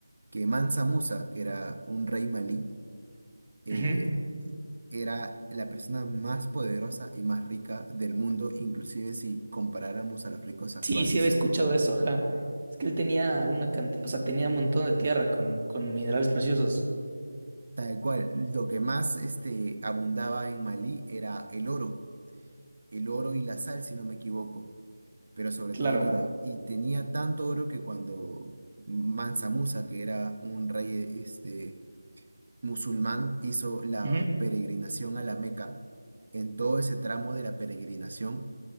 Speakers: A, on the right; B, on the right.
A: que Mansa Musa, que era un rey malí, eh,
B: Ujú.
A: era la persona más poderosa y más rica del mundo, inclusive si comparáramos a los ricos actuales.
B: Sí, sí había escuchado eso, ajá. Es que él tenía una cantidad, o sea, tenía un montón de tierra con, con minerales preciosos.
A: Tal cual, lo que más este, abundaba en Malí era el oro, el oro y la sal, si no me equivoco, pero sobre
B: Claro,
A: todo el oro. Y tenía tanto oro que cuando Mansa Musa, que era un rey este, musulmán hizo la
B: Ujú.
A: peregrinación a la Meca, en todo ese tramo de la peregrinación